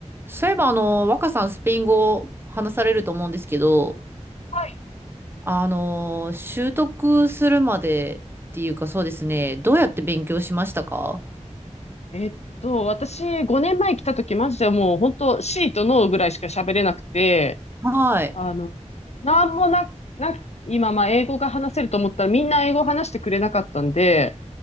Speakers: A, on the right; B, on the left.
A: そういえば、あの、若さんスペイン語話されると思うんですけど、
B: はい。
A: あの、習得するまでっていうかそうですね、どうやって勉強しましたか
B: えっと、私、5年前来た時、マジでもう、本当シーとノーぐらいしか喋れなくて、
A: はい。
B: あの、なんもな、な、今、まあ、英語が話せると思ったら、みんな英語話してくれなかったんで、